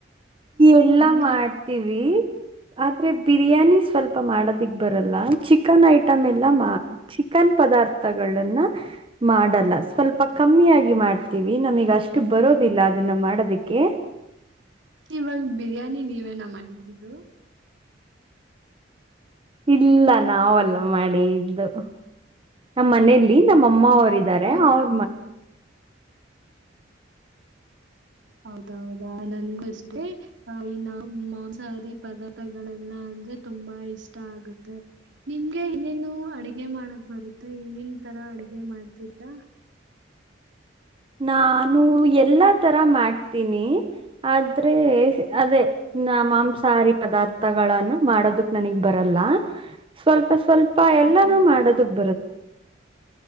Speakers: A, on the right; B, on the right.
A: ಎಲ್ಲಾ
B: ಬಿರಿಯಾನಿ
A: ಮಾಡ್ತೀವಿ ಆದ್ರೆ ಬಿರಿಯಾನಿ ಸ್ವಲ್ಪ ಮಾಡದಿಕ್ ಬರಲ್ಲ ಚಿಕನ್ ಐಟಮ್ ಎಲ್ಲ ಚಿಕನ್ ಪದಾರ್ಥಗಳನ್ನ ಮಾಡಲ್ಲ ಸ್ವಲ್ಪ ಕಮ್ಮಿಯಾಗಿ ಮಾಡ್ತೀವಿ ನಮಿಗೆ ಅಷ್ಟು ಬರೋದಿಲ್ಲ ಅದನ್ನ ಮಾಡದಕ್ಕೆ.
B: ಇವಾಗ ಬಿರಿಯಾನಿ ನೀವೇನ ಮಾಡಿದ್ದಿದ್ದು.
A: ಇಲ್ಲ ನಾವಲ್ಲ ಮಾಡಿದು. ನಮ್ಮ್ ಮನೇಲಿ ನಮ್ಮ ಅಮ್ಮ ಅವರ ಇದಾರೆ
B: ಹೌದಾ
A: ಅವ್ರ
B: ಹೌದೌದಾ ನನ್ಗು ಅಷ್ಟೇ ಈ ನ ಮಾಂಸಾಹಾರಿ ಪದಾರ್ಥಗಳೆಲ್ಲ. ಅಂದ್ರೆ ತುಂಬಾ ಇಷ್ಟ ಆಗುತ್ತೆ. ನಿಮ್ಗೆ ಇನೇನು ಅಡಗೆ ಮಾಡಕ್ ಬರುತ್ತೆ ಏನೇನ್ ತರ ಅಡ್ಗೆ ಮಾಡ್ತಿರಾ.
A: ನಾನು ಎಲ್ಲಾ ತರ ಮಾಡ್ತೀನಿ ಆದ್ರೆ ಅದೇ. ಮಾಂಸಾಹಾರಿ ಪದಾರ್ಥಗಳನ್ನು ಮಾಡೋದಕ್ ನನಗ್ ಬರಲ್ಲ ಸ್ವಲ್ಪ. ಸ್ವಲ್ಪ
B: ಹ
A: ಎಲ್ಲಾನು
B: ಹಾ
A: ಮಾಡೋದಕ್ ಬರುತ್ತೆ.